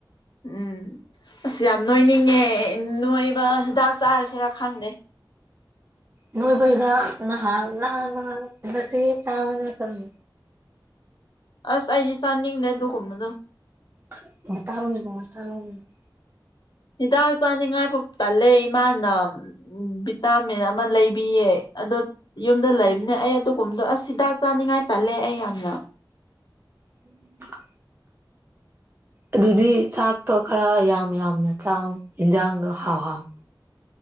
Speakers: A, on the left; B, on the right.
A: ꯎꯝ ꯑꯁ ꯌꯥꯝ ꯅꯣꯏꯅꯤꯡꯉꯦ ꯅꯣꯏꯕ ꯍꯤꯗꯥꯛ ꯆꯥꯔꯁꯦꯔꯥ ꯈꯪꯗꯦ
B: ꯅꯣꯏꯕꯩꯒ ꯅꯍꯥꯟ ꯅꯍꯥꯟ <unintelligible>
A: ꯑꯁ ꯑꯩꯗꯤ ꯆꯥꯅꯤꯡꯅꯦ ꯑꯗꯨꯀꯨꯝꯕꯗꯣ
B: <unintelligible>
A: ꯍꯤꯗꯥꯛ ꯆꯥꯅꯤꯡꯉꯥꯏꯐꯥꯎ ꯇꯜꯂꯦ ꯏꯃꯥꯅ ꯎꯝ ꯚꯤꯇꯥꯃꯤꯟ ꯑꯃ ꯂꯩꯕꯤꯌꯦ ꯑꯗꯣ ꯌꯨꯝꯗ ꯂꯩꯕꯅꯦ ꯑꯩ ꯑꯗꯨꯒꯨꯝꯕꯗꯣ ꯑꯁ ꯍꯤꯗꯥꯛ ꯆꯥꯅꯤꯡꯉꯥꯏ ꯇꯜꯂꯦ ꯑꯩ ꯌꯥꯝꯅ
B: ꯎꯝ ꯑꯗꯨꯗꯤ ꯆꯥꯛꯇꯣ ꯈꯔ ꯌꯥꯝ ꯌꯥꯝꯅ ꯆꯥꯎ ꯌꯦꯟꯖꯥꯡꯗꯣ ꯍꯥꯎꯍꯥꯎ